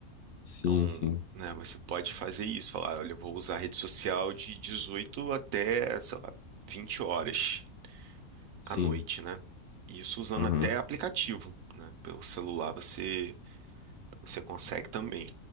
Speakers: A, on the left; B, on the right.
A: Sim,
B: Então,
A: sim,
B: né, você pode fazer isso, falar, olha, eu vou usar a rede social de 18 até, sei lá, 20 horas
A: sim.
B: à noite, né? Isso usando
A: Uhum.
B: até aplicativo, né? Pelo celular você, você consegue também.